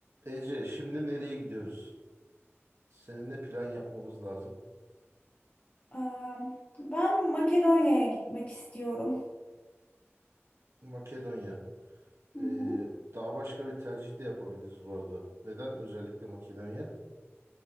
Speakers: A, on the right; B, on the left.
A: Ece, şimdi nereye gidiyoruz? Seninle plan yapmamız lazım.
B: Eee, Ben Makedonya'ya gitmek istiyorum.
A: Makedonya.
B: Hı
A: Ee,
B: hı.
A: daha başka bir tercih de yapabiliriz bu arada. Neden özellikle Makedonya?